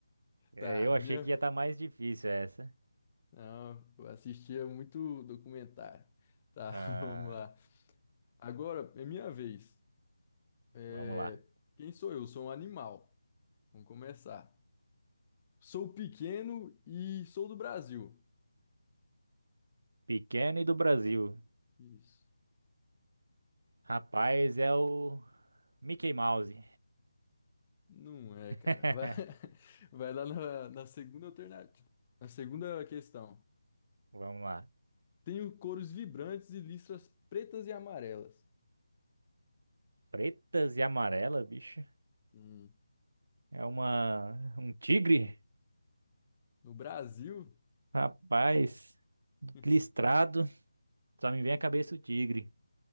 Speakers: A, on the right; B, on the left.
A: É,
B: tá,
A: Eu
B: minha.
A: achei que ia estar mais difícil essa.
B: Não, eu assistia muito documentário. Tá,
A: Ah,
B: <laughs> vamos lá. Agora é minha vez. É,
A: vamos lá.
B: Quem sou eu? Sou um animal. Vamos começar. Sou pequeno e sou do Brasil.
A: Pequeno e do Brasil.
B: Isso.
A: Rapaz, é o Mickey Mouse.
B: Não é, cara.
A: <laughs>
B: Vai, <laughs> vai lá na, na segunda alternativa. Na segunda questão.
A: Vamos lá.
B: Tenho cores vibrantes e listras pretas e amarelas.
A: Pretas e amarelas, bicho.
B: Sim.
A: É uma um tigre?
B: No Brasil,
A: Rapaz,
B: <laughs>
A: listrado, só me vem à cabeça o tigre.